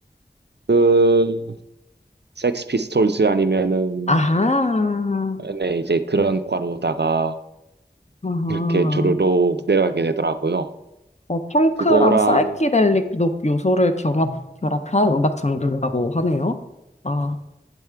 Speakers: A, on the right; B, on the left.
A: 그, 섹스 피스톨즈 아니면은,
B: 아하,
A: 네, 이제 그런 과로다가
B: 아하.
A: 이렇게 주르륵 내려가게 되더라고요.
B: 어, 펑크랑
A: 그거랑,
B: 사이키델릭 녹 요소를 경합, 결합한 음악 장르라고 하네요. 아,